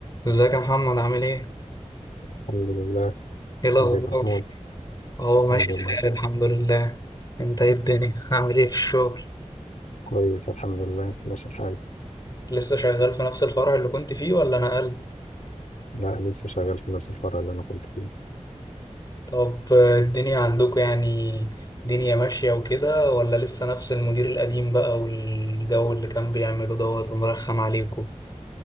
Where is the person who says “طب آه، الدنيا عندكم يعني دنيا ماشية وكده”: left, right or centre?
Left